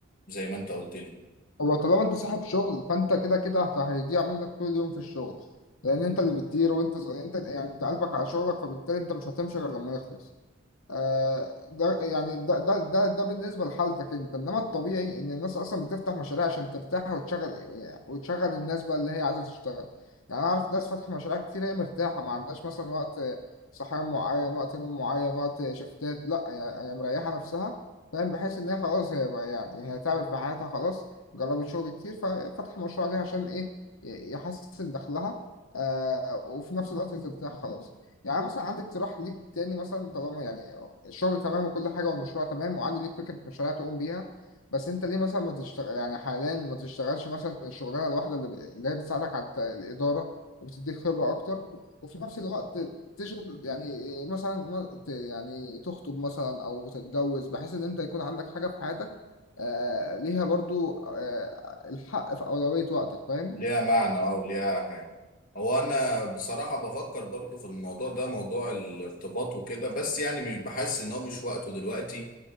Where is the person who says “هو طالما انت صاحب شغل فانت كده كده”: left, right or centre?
Left